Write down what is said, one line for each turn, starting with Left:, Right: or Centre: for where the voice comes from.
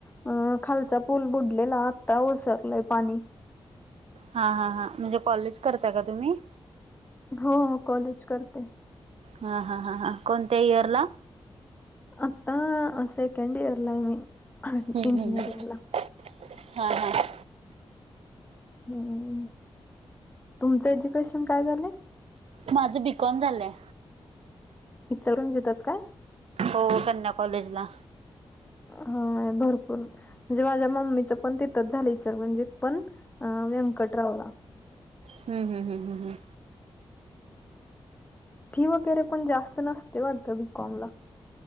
Left: अ खालचा पूल बुडलेला आत्ता ओसरलाय पाणी.
Right: हा हा हा म्हणजे कॉलेज करता का तुम्ही?
Left: हो हो कॉलेज करते.
Right: हा हा हा हा कोणत्या इयरला?
Left: आता सेकंड इयरला आहे मी.
Right: हम्म
Left: इंजिनिअरिंगला
Right: हम्म हा हा.
Left: हम्म तुमचं एज्युकेशन काय झालंय?
Right: माझं बीकॉम झालंय.
Left: इचलकरंजीतच काय?
Right: हो कन्या कॉलेजला.
Left: हा भरपूर म्हणजे माझ्या मम्मीचं पण तिथंच झालय इचलकरंजीत पण व्यंकटरावला.
Right: हम् हम हम हम ह्म.
Left: फी वगैरे पण जास्त नसते वाटतं बीकॉम ला.